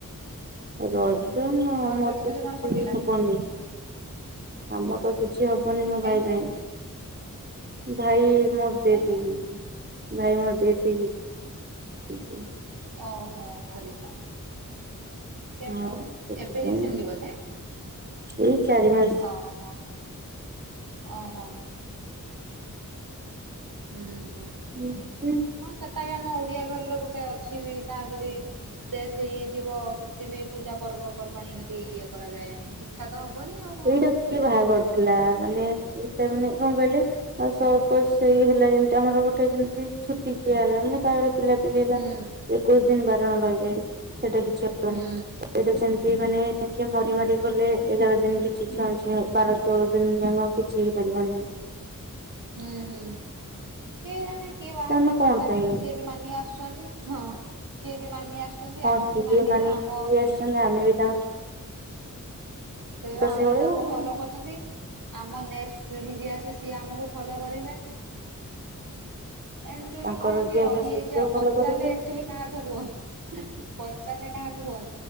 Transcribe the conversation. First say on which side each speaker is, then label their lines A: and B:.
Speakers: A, on the right (about 30°); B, on the right (about 75°).
A: ରଜମର
B: ହୁଁ ରଜ କେମିତି
A: ତ କିଛି
B: କଣ କଟିଲା?
A: ହବନି। ଆମର କିଛି ହବନି ମୋ
B: କାହିଁକି
A: ଭାଇ ପାଇଁ ଭାଇ ମୁଁ ଦେଇଦେବି
B: କାହିଁକି
A: ନାଇଁ ମୁଁ ଦେଇଥିବି।
B: ଓହୋ ସରି ସରି କେ
A: ହଁ ସେଥିପାଇଁ
B: ଏବେ ରିସେଣ୍ଟଲି ବଧେ
A: ଏଇ ଚାରି ମାସ
B: ଅହଂ ଓହୋ। ହୁଁ ହୁଁ
A: ସେଥିପାଇଁ
B: ହଁ ସେଟା ବି ଆମ ଓଡିଆ ଘରର ଗୋଟେ ଅଛି ବି <unintelligible> ଡେଥ୍ ହେଇଯାଇଥିବ କିଛି ବି ପୂଜା ପର୍ବପର୍ବାଣି ଏମିତି ଇଏ କରାଯାଏନି। କି ଇଚ୍ଛା ତ ହବନି ଆଉ କଣ।
A: ଏଇଟା କିଏ ବାହାର ଥିଲା ମାନେ ଏଇଟା ମାନେ କଣ କହିଲେ ଆଉ ସବୁ ପଇସ୍ ହେଇ-ହେଲା ଯେମତି ଆମର ଗୋଟେ ଯେମିତି ଛୁତି କିିଆ ହେଲା ମାନେ କାହାର ପିଲାପିଲି ହେଲା।
B: ହୁଁ
A: କଉ ଦିନ ବାରଣ ରହିବେ ସେଟା କିଛି ହବନି।
B: ହୁଁ
A: ଏଇଟା ସେମତି ମାନେ କିଏ ମରି ମାରି ଗଲେ ଏଗାର ଦିନ କିଛି ଛୁଆଁ ଛୁଇଁ ହ ବାର ତେରଦିନ ଜମା କିଛି ହେଇ ପରିବନି।
B: ହୁଁ ହୁଁ କିଏ ଜାଣେ କିଏ ବାହାର
A: ସେମାନେ କଣ
B: କରିଥିଲା
A: ପାଇଁ
B: କିନ୍ତୁ ସିଏ ବି ମାନି ଆସ୍ ଛନ୍ତି ହଁ ସିଏ ବି ମାନି ଆସୁଛନ୍ତି
A: ହଁ
B: ଆମେ
A: ସିଏ
B: ବି ମାନିବା
A: ମାନେ
B: ଆମ
A: କିଏ
B: ପିଢି
A: ଆସିଛନ୍ତି ଆମେ ବି ପାର୍ଟ୍।
B: ସେଇ ବା ଆମେ
A: ସେଇଭଳିଆ
B: ବି ତାଙ୍କୁ
A: ଆଉ।
B: ଫଲୋ କରୁଛନ୍ତି। ଆମ ନେକ୍ଟ୍ ପିଢ଼ି ଯିଏ ଆସିବେ ସିଏ ଆମକୁ ଫଲୋ କରିବେ। ଏମିତି ଗୋଟେ
A: ତାଙ୍କର
B: କଣ କିଏ
A: ଯିଏ
B: ରହିଯାଇଛି
A: ଆଗେ ସୁବିଧାକୁ
B: ଆଉ
A: ଫଲୋ
B: ପଚାରିଲେ
A: କରିବେ
B: ଏକ୍ଟୁଅଲୀ କାହାକୁ କୁହ ପଚାରିଲେ କାହାକୁ କୁହ